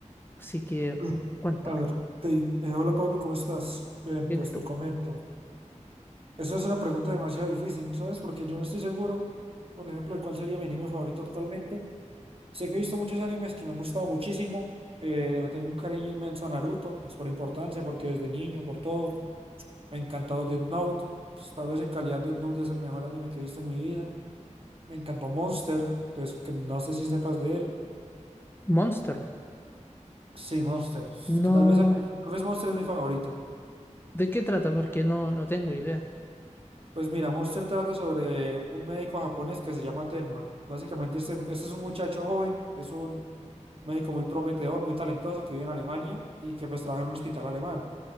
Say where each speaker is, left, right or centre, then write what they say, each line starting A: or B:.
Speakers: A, on the left (about 15°); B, on the right (about 45°).
A: Así que
B: Eh,
A: cuéntame,
B: A ver, te, eh, hola Pablo, ¿cómo estás? Bien,
A: viene
B: pues
A: tú.
B: te comento. Esa es una pregunta demasiado difícil, ¿sabes? Porque yo no estoy seguro, por ejemplo, de cuál sería mi anime favorito actualmente. Sé que he visto muchos animes que me han gustado muchísimo. eh, le tengo un cariño inmenso a Naruto, pues por importancia, porque desde niño, por todo. Me encantó Death Note. Pues, tal vez en calidad Death Note es el mejor anime que he visto en mi vida. Me encantó Monster, pues que no sé si sepas de él.
A: Monster.
B: Sí, Monster.
A: No.
B: Que tal vez, tal vez Monster es mi favorito.
A: ¿De qué trata? Porque no, no tengo idea.
B: Pues mira, Monster trata sobre un médico japonés que se llama Tenma. Básicamente, este, este es un muchacho joven, es un médico muy prometedor, muy talentoso que vive en Alemania y que pues trabaja en un hospital alemán.